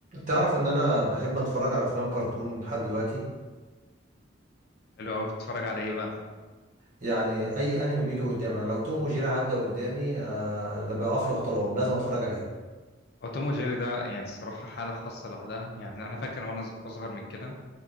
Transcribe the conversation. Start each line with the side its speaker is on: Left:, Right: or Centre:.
Right: تعرف ان انا بحب اتفرج على افلام كرتون لحد دلوقتي
Left: حلو قوي بتتفرج على ايه بقى
Right: يعني اي انمي بيجي قدامي انا لو توم وجيري عدى قدامي آه ده بقف له احترام لازم اتفرج عليه
Left: هو توم وجيري ده يعني الصراحه حاله خاصه لوحدها يعني انا فاكر وانا ص- اصغر من كده